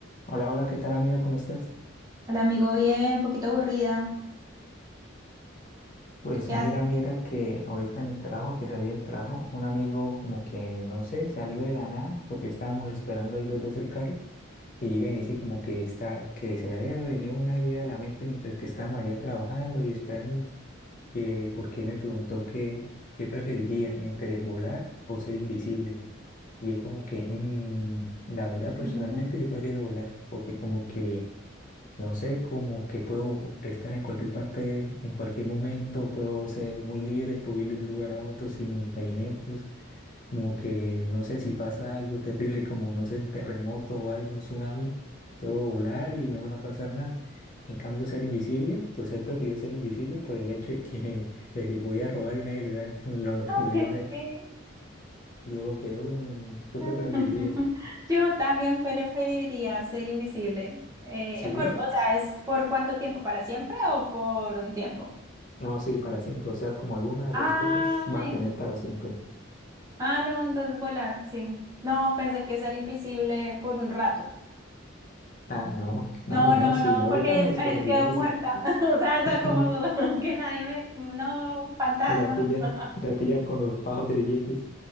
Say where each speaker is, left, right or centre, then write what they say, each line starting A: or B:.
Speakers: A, on the left; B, on the right.
A: Hola, hola, ¿qué tal amiga? ¿Cómo estás?
B: Hola amigo, bien, un poquito aburrida.
A: Pues
B: ¿Tú qué
A: mira,
B: haces?
A: mira que ahorita en el trabajo, que salí del trabajo, un amigo como que, no sé, salió de la nada porque estábamos esperando ahí los dos el carro y llega y me dice como que está, que se le había venido una idea a la mente mientras que estábamos allá trabajando y esperando, que porque me preguntó que, qué preferiría entre volar o ser invisible. Y yo como que, "Mm, la verdad personalmente
B: Ujú. <laughs>
A: yo prefiero volar porque como que... No sé, como que puedo estar en cualquier parte, en cualquier momento, puedo ser muy libre, puedo ir de un lugar a otro sin impedimentos, como que no sé si pasa algo terrible, como no sé, un terremoto o algo, un tsunami, puedo volar y no me va a pasar nada. En cambio, ser invisible, pues él prefirió ser invisible por el hecho de que, <laughs> de que podía robar y nadie lo iba, a- <laughs> lo,
B: No,
A: lo
B: es
A: iba a ver.
B: que-
A: Yo que, "Mm, ¿tú
B: <laughs>
A: qué preferirías?
B: Yo también preferiría ser invisible. Eh,
A: Sí,
B: por, o sea, ¿es por cuánto tiempo? ¿Para siempre o por un tiempo?
A: no, sí, para siempre, o sea, como algunas
B: Ay,
A: dos cosas va a tener para siempre.
B: ah, no, entonces volar, sí. No, pensé que ser invisible por un rato.
A: Ah, no, no,
B: No,
A: no,
B: no,
A: sí,
B: no,
A: no,
B: porque
A: yo también
B: eh,
A: escogería
B: quedo
A: esa.
B: muerta. <laughs> O sea, o sea,
A: <laughs>
B: como <laughs> que nadie me... No, fantasma.
A: Me La pillan,
B: <laughs>
A: la pillan con los fajos de billetes